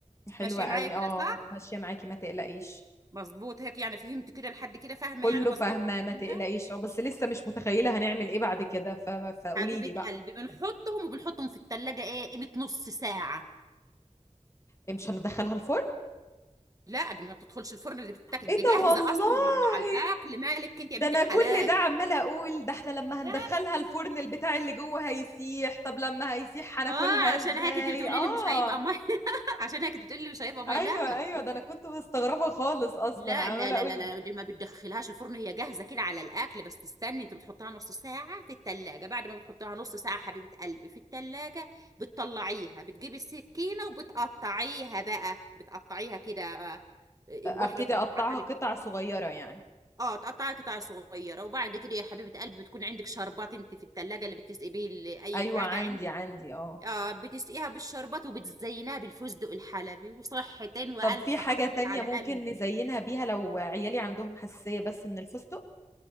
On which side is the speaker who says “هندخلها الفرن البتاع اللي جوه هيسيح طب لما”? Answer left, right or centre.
Left